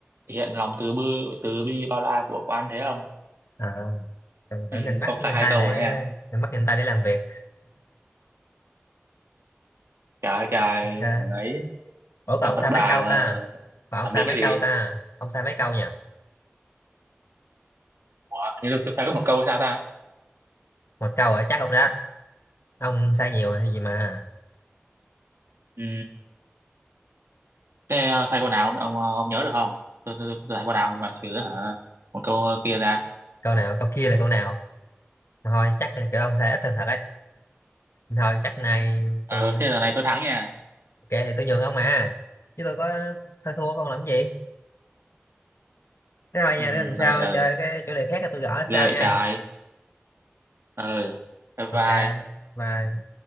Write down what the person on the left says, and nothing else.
<laughs> à, tưởng
tưởng nhìn mắt
nhìn
tay
để
nhìn mắt nhìn tay để làm việc
ok
Ủa còn
ông
sai
mấy câu
ta? Còn ông
sai
mấy
câu
ta? Ông sai mấy câu nha?
Một câu ở chắc ông đó. Ông sai nhiều hay gì mà.
Câu nào, câu kia là câu nào? Thôi chắc là kiểu ông sai ít hơn thật ấy. Thôi chắc nay
tôi
ok thì tôi nhường ông mà. Chứ tôi có hơn thua không làm gì. Thế thôi nha,
để lần sau
chơi cái chủ đề khác tôi gõ là sao
nha.
Ok.
Bye.